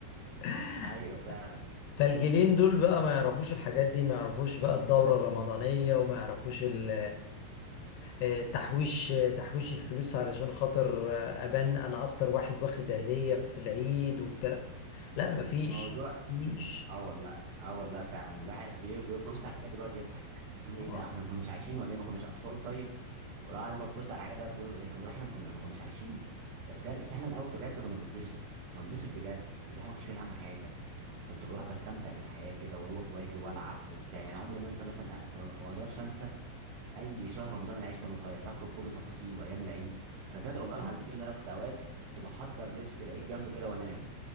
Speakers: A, on the left; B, on the right.
A: <laughs>
B: ايوه فعلا
A: فالجيلين دول بقى ما يعرفوش الحاجات دي ما يعرفوش بقى الدورة الرمضانية وما يعرفوش ال- آه، تحويش تحويش الفلوس علشان خاطر آه، أبان أنا أكتر واحد واخد هدية في العيد والكلام لا مفيش
B: موضوع
A: مفيش
B: اه والله اه والله فعلا الواحد بي- بيبص على الحاجات دي بيقعد يضحك يقول ايه
A: آه.
B: ده احنا ما كناش عايشين ولا ايه ما كناش اطفال طيب ولا بعد ما ببص على الحاجات دلوقتي بقول ايه والله احنا ما كنا ما كناش عايشين ده بجد بس احنا الاول بجد كنا بنتبسط كنا بنتبسط بجد الواحد ما كانش فيه هم حاجه كنت بروح بستمتع بالحياه كده واروح واجي والعب وبتاع يعني عمري ما انسى مثلا ما ما- ما اقدرش انسى اي شهر رمضان انا عشته وانا صغير فاكره بكل تفاصيله وايام العيد انا فاكر والله العظيم ان انا كنت اوقات كنت بحضر لبس العيد جنب كده وانام